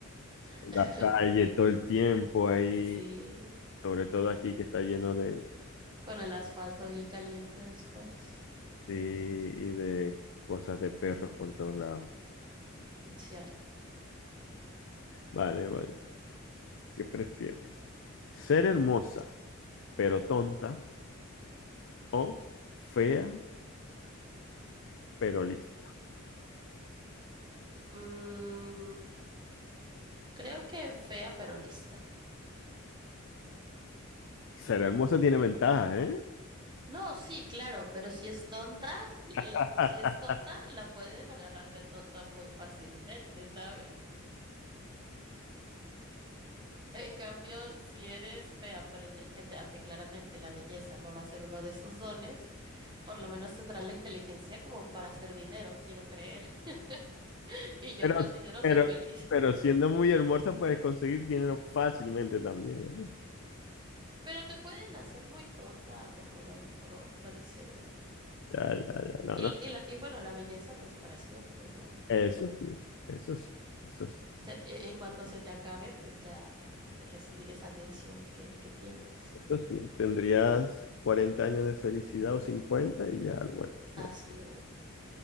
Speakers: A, on the right; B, on the left.
A: <laughs>
B: la calle todo el tiempo ahí,
A: Sí,
B: sobre todo aquí que está lleno de,
A: con el asfalto bien caliente después.
B: de- y de cosas de perros por todos lados.
A: Cierto.
B: Vale, vale. ¿Qué prefieres? ¿Ser hermosa pero tonta o fea pero lista?
A: Mm, creo que fea pero lista.
B: Ser hermosa tiene ventajas, ¿eh?
A: No, sí, claro, pero si es tonta, la-
B: <laughs>
A: si es tonta, la pueden agarrar de tonta muy fácilmente, ¿sabes? En cambio, si eres fea pero inteligente, aunque claramente la belleza no va a ser uno de sus dones, por lo menos tendrás la inteligencia como para hacer dinero, quiero creer. <laughs> Y yo
B: Pero,
A: con dinero
B: pero,
A: soy feliz.
B: pero siendo muy hermosa puedes conseguir dinero fácilmente también. ¿eh?
A: <laughs> Pero te pueden hacer muy tonta, como lo dijo, lo dice.
B: Ya, ya, ya, no,
A: Y,
B: no.
A: y la- y bueno, la belleza no es para siempre igual.
B: Eso sí, eso sí, eso sí.
A: Se- e- en cuanto se te acabe, pues ya dejas de recibir esa atención que, que tienes.
B: Eso sí, tendrías 40 años de felicidad o 50 y ya, bueno, ya.
A: Así es.